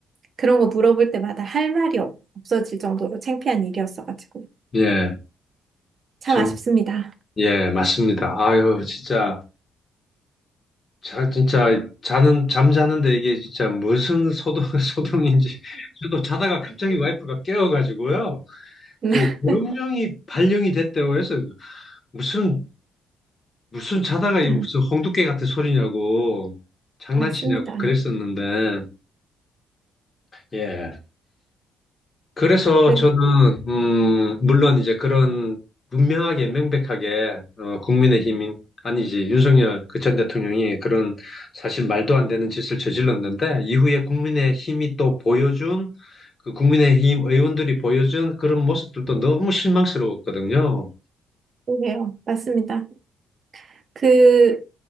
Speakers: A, on the right; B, on the left.
A: 그런 거 물어볼 때마다 할 말이 없- 없어질 정도로 창피한 일이었어가지고
B: 예,
A: 참
B: 정,
A: 아쉽습니다.
B: 예, 맞습니다. 아유, 진짜 자, 진짜 자는 잠자는데 이게 진짜 무슨 소동 <laughs> 소동인지 저도 자다가 갑자기 와이프가 깨워가지고요.
A: <laughs>
B: 그 명령이 발령이 됐다고 해서 무슨 무슨 자다가 이
A: 아,
B: 무슨 홍두깨 같은 소리냐고 장난치냐고
A: 맞습니다.
B: 그랬었는데 예 그래서
A: 그,
B: 저는 음 물론 이제 그런 분명하게 명백하게 어, 국민의힘인 아니지 윤석열 그 전 대통령이 그런 사실 말도 안 되는 짓을 저질렀는데 이후에 국민의힘이 또 보여준 그 국민의힘 의원들이 보여준 그런 모습들도 너무 실망스러웠거든요.
A: 그게요. 맞습니다. 그,